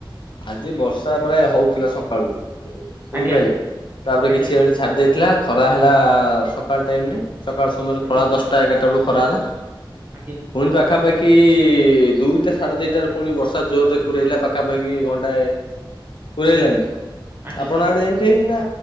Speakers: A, on the left; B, on the right.
A: ଆଜି ବର୍ଷା ପ୍ରାୟ ହଉଥିଲା ସକାଳୁ ବୁଝିପାଇଲେ
B: ଆଜ୍ଞା
A: ତାପରେ
B: ଆଜ୍ଞା
A: କିଛି ଛାଡି ଜାଇଥିଲା ଖରା ହେଲା ସକାଳ ଟାଇମ ରେ ସକାଳ ସମୟରେ
B: ଆଜ୍ଞା
A: ଖଳା ଦଶଟା ଏଗାରଟା ବେଳ ଖରା ହେଲା।
B: ଆଜ୍ଞା
A: ପୁଣି ପଖା ପାଖି ଦୁଇଟା ସାଡ଼େ ଦୁଇଟାରେ ପୁଣି ବର୍ଷା ପୁଣି ବର୍ଷା ଜୋରରେ କୁରେଇଲା ପଖା ପା ଦି ଘଣ୍ଟାଏ <unintelligible>
B: ଆଜ୍ଞା
A: ଆପଣ ଆଡେ ଏଇନା